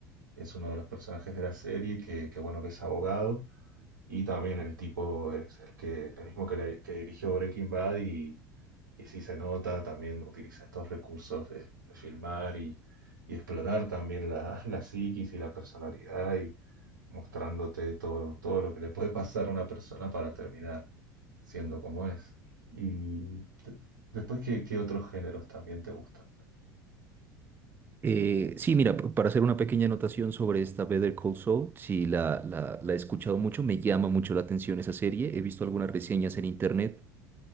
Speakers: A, on the right; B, on the right.
A: es uno de los personajes de la serie que, que bueno, que es abogado. Y también el tipo es el que, el mismo que, la- que dirigió Breaking Bad y, y si se nota, también utiliza estos recursos de, de filmar y, y explorar también la, <laughs> la psiquis y la personalidad y mostrándote todo, todo lo que le puede pasar a una persona para terminar siendo como es. Y de- después, ¿qué, qué otros géneros también te gustan?
B: Eh, sí, mira, p- para hacer una pequeña anotación sobre esta Better Call Saul, sí, la, la, la he escuchado mucho, me llama mucho la atención esa serie, he visto algunas reseñas en internet,